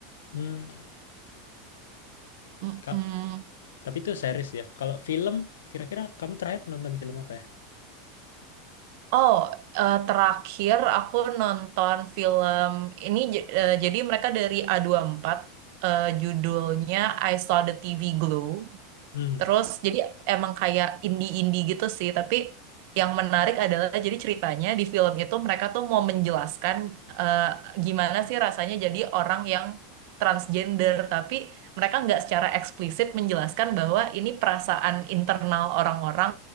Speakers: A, on the left (about 80°); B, on the right (about 60°).
A: Mmm,
B: Mm-mm.
A: ka tapi itu series ya? Kalau film, kira-kira kamu terakhir nonton film apa ya?
B: Oh, eh, terakhir aku nonton film ini j- eh, jadi mereka dari A24 eh, judulnya I Saw the TV Glow.
A: hmm
B: Terus jadi emang kayak indie-indie gitu sih, tapi yang menarik adalah jadi ceritanya di film itu mereka tuh mau menjelaskan eh, gimana sih rasanya jadi orang yang transgender, tapi mereka nggak secara eksplisit menjelaskan bahwa ini perasaan internal orang-orang